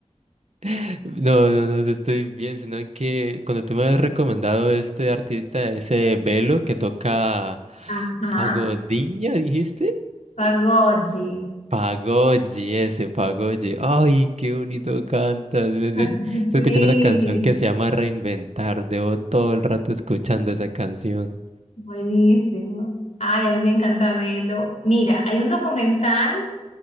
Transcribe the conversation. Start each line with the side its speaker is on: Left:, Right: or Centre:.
Right: <laughs> no, no, no, yo estoy bien, sino que cuando tú me has recomendado este artista, ese Velo que toca
Left: Ajá,
Right: Pagodiña, dijiste?
Left: Pagochi.
Right: Pagodi, ese Pagodi. Ay, qué bonito cantas. Me- yo
Left: <laughs>
Right: Estoy
Left: Sí,
Right: escuchando una canción que se llama Reinventar. Debo todo el rato escuchando esa canción.
Left: buenísimo. Ay, a mí me encanta verlo. Mira, hay un documental